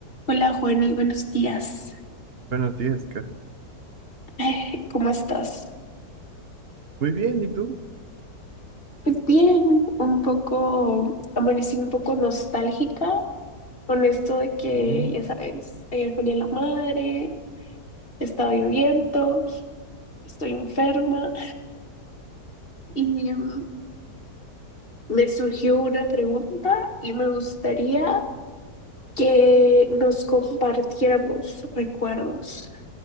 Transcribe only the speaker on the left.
Hola Juani, buenos días.
Eh, ¿Cómo estás?
Pues bien, un poco, amanecí un poco nostálgica con esto de que,
ya sabes, ayer ponía la madre, estaba lloviendo, estoy enferma y mm, me surgió una pregunta y me gustaría que nos compartiéramos recuerdos,